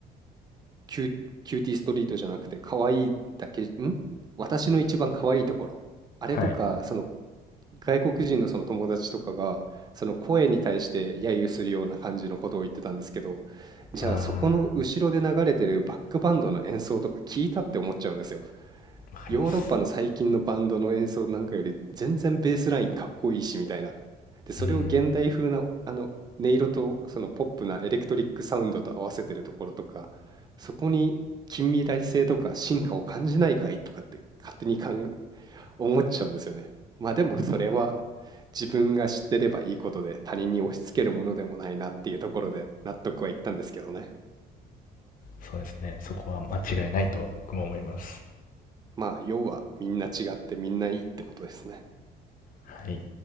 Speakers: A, on the right; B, on the left.
A: キュ、キューティーストリートじゃなくて、可愛いだけ、ん私の一番可愛いところ。あれとか、
B: はい。
A: その外国人のその友達とかがその声に対して揶揄するような感じのことを言ってたんですけどじゃあそこの後ろで流れてるバックバンドの演奏とか聞いたって思っちゃうんですよ
B: ああ、わかります。
A: ヨーロッパの最近のバンドの演奏なんかより全然ベースラインかっこいいしみたいなでそれを現代風なあの音色とそのポップなエレクトリックサウンドと合わせてるところとかそこに近未来性とか進化を感じないかいとかって勝手に考
B: うん。
A: 思っちゃうんですよね。まあでもそれは自分が知ってればいいことで他人に押し付けるものでもないなっていうところで納得はいったんですけどね。
B: そうですね。そこは間違いないと僕も思います。
A: まあ要はみんな違ってみんないいってことですね。
B: はい。